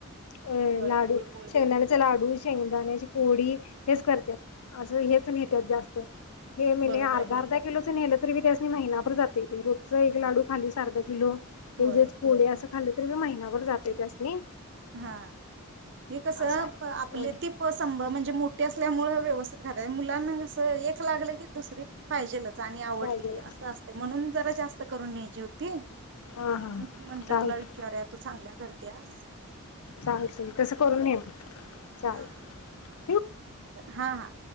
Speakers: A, on the left; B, on the right.
A: अ
B: होय
A: लाडू
B: गुळपोळी
A: शेंगदाण्याचे लाडू शेंगदाण्याची पोळी हेच करत्यात. असं हेच न्हेत्यात जास्त हे मी
B: बरोबर
A: न अर्धा-अर्धा
B: आहे की
A: किलोच नेलत. तरीबी त्यासणी महिनाबर जाते रोज एक लाडू खालीस, अर्धा किलो
B: होय
A: एक दिवस पोळी असं खाली तरीबी महिनाभर जातय त्यास नी
B: हां हे कस
A: असं आहे
B: आपले ती संभ म्हणजे मोठी असल्यामुळे व्यवस्थित खात्यात मुलं मुलांना च एक लागलं की दुसरी पाहिजेलच आणि आवडली
A: पाहिजे
B: की असं असतंय म्हणून जरा जास्त करून न्यायची होती
A: हा
B: म्हणून
A: हा
B: म्हटलं
A: चालत
B: तुला विचारुया तू चांगल्या करतेस.
A: चालतय तसं करून न्हे म चालतयं.
B: हा हा हा